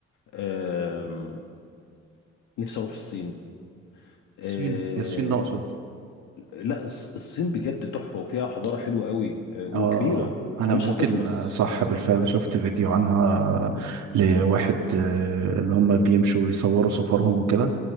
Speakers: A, on the left; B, on the right.
A: آه نفسي أروح الصين آه
B: الصين هي الصين ناقصة
A: لا الص- الصين بجد تحفة وفيها حضارة حلوة قوي آه وكبيرة
B: اه انا
A: مش
B: ممكن
A: هتخلص
B: آه، صح بالفعل شفت فيديو عنها آه، لواحد آه، ان هم بيمشوا ويصوروا سفرهم وكده